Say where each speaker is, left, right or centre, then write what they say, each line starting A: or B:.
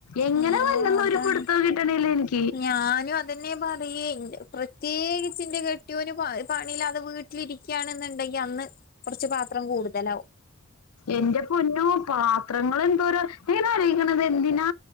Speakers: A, on the left (about 85°); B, on the left (about 40°).
A: എങ്ങനെ
B: ആഹ്
A: വര്ന്ന് എന്നൊരു
B: അതാണ്
A: പിടുത്തോം കിട്ട്ണില്ല എനിക്ക്.
B: ഞാനും അതെന്നെ പറയെ പ്രത്യേകിച്ച് എന്റെ കെട്ടിയോന് പണിയില്ലാതെ വീട്ടി ലിരിക്കാണെന്നുണ്ടങ്കി അന്ന് കൊറച്ച് പാത്രം കൂടുതല.
A: എന്റെ പൊന്നോ പാത്രങ്ങള് എന്തോരാ ഞാ ഇങ്ങനെ ആലോചിക്ക്ണത് എന്തിനാ